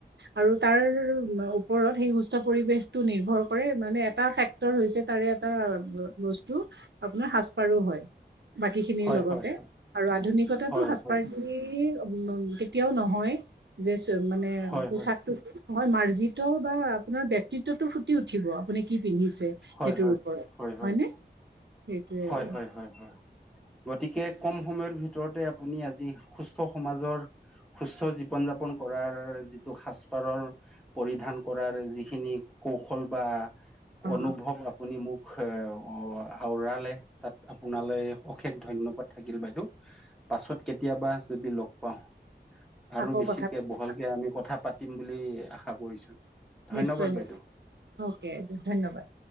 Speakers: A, on the right; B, in the centre.
A: আৰু তাৰ ওপৰত সেই সুস্থ পৰিবেশটো নিৰ্ভৰ কৰে মানে এটা ফেক ক্টৰ হৈছে তাৰে এটা বস্তু আপোনাৰ সাজপাৰো হয়। বাকীখিনিৰ
B: হয়
A: লগতে,
B: হয়
A: আৰু আধুনিকতাটো
B: হয়
A: সাজপাৰ
B: হয়
A: ই কেতিয়াও নহয় যে মানে
B: হয়
A: পোচাকটো
B: হয়
A: হয়, মাৰ্জিত বা আপোনাৰ ব্যক্তিত্বত টো ফুটি উঠ ঠিব আপুনি কি পিন্ধিছে
B: হয়
A: সেইটোৰ
B: হয়
A: ওপৰত
B: হয় হয়
A: হয়নে? সেইটোৱে
B: হয়,
A: আৰু
B: হয়, হয়, হয়। গতিকে ক'ম সময়ৰ ভিতৰতে আপুনি আজি সুস্থ সমাজৰ সুস্থ জীৱন যাপন কৰাৰ যিটো সাজপাৰৰ পৰিধান কৰাৰ যিখিনি কৌশল বা
A: অ
B: অনুভৱ আপুনি মোক এ আওৰাল লে তাত আপোনালৈ অশেষ ধন্যবাদ থাকিল বাইদেউ। পাছত কেতিয়াবা যদি লগ পাওঁ আৰু
A: আকৌ
B: বেছিকে
A: কথা পাতিম
B: বহলকে আমি কথা পাতিম বুলি আশা কৰিছো, ধন্যবাদ
A: নিশ্চয় নিশ্চয়
B: বাইদেউ।
A: অ'কে ধন্যবাদ।